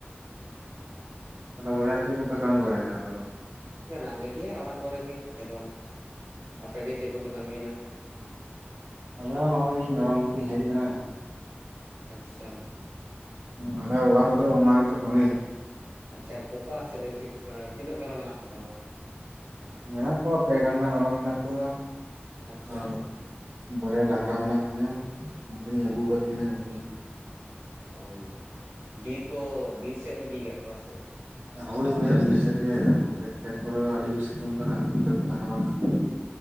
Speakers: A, on the right; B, on the right.
A: ᱛᱟᱞᱦᱮ ᱵᱚᱭᱦᱟ ᱪᱮᱫ ᱠᱚᱯᱮ ᱠᱟᱹᱢᱤ ᱵᱟᱲᱟᱭ ᱫᱟ ᱟᱯᱮ ᱫᱚ?
B: ᱢᱮᱱᱟᱜ ᱞᱮᱜᱮᱭᱟ ᱚᱲᱟᱜ ᱠᱚᱨᱮ ᱜᱮ ᱟᱞᱮ ᱫᱚ, ᱟᱯᱮ ᱜᱮ ᱪᱮᱫ ᱠᱚᱯᱮ ᱠᱟᱹᱢᱤᱭ ᱫᱟ?
A: ᱟᱞᱮ ᱦᱚᱸ ᱱᱚᱜᱼᱚᱭ ᱤᱧ ᱢᱮᱨᱚᱢ ᱜᱩᱯᱤᱧ ᱦᱮᱡ ᱠᱟᱱᱟ
B: ᱟᱪᱪᱷᱟ
A: ᱟᱞᱮ ᱦᱚ ᱚᱲᱟᱜ ᱨᱮᱫᱚ ᱚᱱᱟ ᱜᱮᱛᱚ ᱠᱟᱹᱢᱤ
B: ᱟᱪᱪᱷᱟ ᱯᱚᱠᱟ ᱥᱮᱫ ᱟᱸ ᱛᱤᱱᱟᱹᱜ ᱢᱮᱨᱚᱢ ᱢᱮᱱᱟᱜ ᱠᱚᱛᱟᱢᱟ?
A: ᱢᱮᱱᱟᱜ ᱠᱚᱣᱟ ᱯᱮ ᱜᱟᱱᱰᱟ ᱢᱮᱨᱚᱢ ᱢᱮᱱᱟᱜ ᱠᱚᱣᱟ
B: ᱟᱪᱪᱷᱟ
A: ᱟᱨ ᱵᱟᱨᱭᱟ ᱰᱟᱝᱜᱨᱟ ᱢᱮᱱᱟᱜ ᱠᱤᱱᱟᱹ ᱱᱩᱠᱤᱱᱤᱧ ᱟᱹᱜᱩ ᱟᱠᱟᱫ ᱠᱤᱱᱟᱹ ᱜᱩᱯᱤ
B: ᱚ ᱵᱤᱨ ᱠᱚ ᱵᱤᱨ ᱥᱮᱫ ᱮᱢ ᱤᱫᱤᱭᱟᱠᱟᱫ ᱠᱚᱣᱟ ᱥᱮ
A: ᱦᱚᱭ ᱵᱚᱭᱦᱟ ᱵᱤᱨ ᱥᱮᱫ ᱜᱮ ᱚᱱᱛᱮ ᱠᱷᱮᱛ ᱠᱚᱨᱮ ᱫᱚ ᱟᱹᱰᱤ ᱡᱩᱨ ᱥᱤᱛᱩᱝ ᱠᱟᱱᱟ ᱚᱱᱛᱮ ᱫᱚ ᱛᱟᱦᱮᱸ ᱵᱟᱝ ᱜᱟᱱᱚᱜᱼᱟ